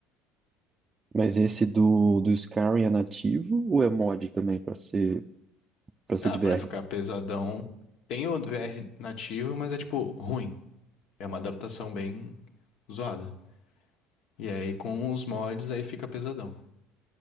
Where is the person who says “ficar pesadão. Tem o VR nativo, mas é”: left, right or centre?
Left